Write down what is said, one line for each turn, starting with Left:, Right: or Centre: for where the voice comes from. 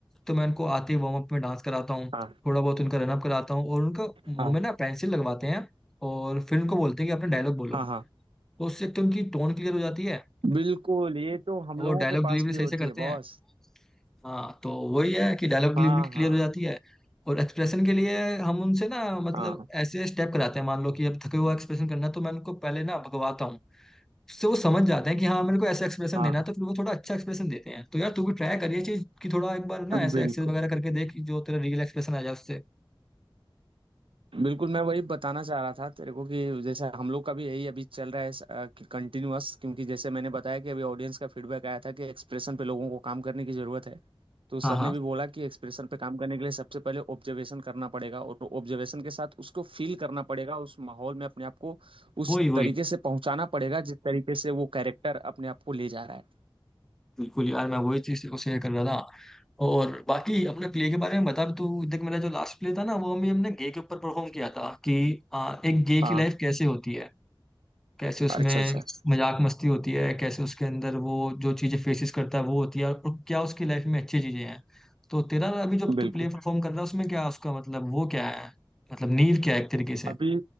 Centre: तो मैं उनको आते ही वार्म अप में डांस कराता हूँ
Right: हाँ
Centre: थोड़ा बहुत उनका रनअप कराता हूँ और उनका
Right: हाँ
Centre: मुंह में ना पेंसिल लगवाते हैं और फिर उनको बोलते हैं कि अपना डायलॉग बोलो
Right: हाँ हाँ
Centre: तो उससे एक तो उनकी टोन क्लियर हो जाती है
Right: बिल्कुल ये तो हम
Centre: वो
Right: लोगों
Centre: डायलॉग
Right: के
Centre: डिलीवरी
Right: पास भी
Centre: सही
Right: होती
Centre: से करते
Right: है
Centre: हैं
Right: बॉस
Centre: हाँ तो वही है कि डायलॉग डिलीवरी
Right: हाँ
Centre: क्लियर
Right: हाँ
Centre: हो जाती है और एक्सप्रेशन के लिए हम उनसे ना मतलब
Right: हाँ
Centre: ऐसे स्टेप कराते हैं मान लो कि अब थके हुआ एक्सप्रेशन करना है तो मैं उनको पहले ना भगवाता हूँ उससे वो समझ जाते हैं कि हाँ मेरे को ऐसा एक्सप्रेशन
Right: हाँ
Centre: देना है तो फिर वो थोड़ा अच्छा एक्सप्रेशन देते हैं तो यार तू भी ट्राई करिए चीज कि थोड़ा एक बार ना
Right: बिल्कुल
Centre: ऐसे एक्सरसाइज वगैरह करके देख कि जो तेरा रियल एक्सप्रेशन आ जाए उससे
Right: बिल्कुल, मैं वही बताना चाह रहा था तेरे को कि जैसे हम लोग का भी यही अभी चल रहा है कंटिन्यूअस क्योंकि जैसे मैंने बताया कि अभी ऑडियंस का फीडबैक आया था कि एक्सप्रेशन पे लोगों को काम करने की ज़रूरत है। तो सर
Centre: हाँ हाँ
Right: ने भी बोला कि एक्सप्रेशन पे काम करने के लिए सबसे पहले ऑब्जर्वेशन करना पड़ेगा और ऑब्जर्वेशन के साथ उसको फील करना पड़ेगा उस माहौल में अपने आप को उस
Centre: वही वही
Right: तरीके से पहुंचाना पड़ेगा जिस तरीके से वो कैरेक्टर अपने आप को ले जा रहा है
Centre: बिल्कुल यार मैं वही चीज को शेयर कर रहा था और बाकी अपने प्ले के बारे में बता भी तू देख मेरा जो लास्ट प्ले था ना वो भी हमने गे के ऊपर परफॉर्म किया था कि आ, एक गे
Right: हाँ
Centre: की लाइफ कैसे होती है कैसे उसमें
Right: अच्छा अच्छा
Centre: मजाक मस्ती होती है कैसे उसके अंदर वो जो चीज़ें फेसिस करता है वो होती है और क्या उसकी लाइफ में अच्छी चीज़ें हैं तो तेरा अभी जब
Right: बिल्कुल
Centre: तू प्ले परफॉर्म कर रहा है उसमें क्या उसका मतलब वो क्या है मतलब नींव क्या है एक तरीके से
Right: अभी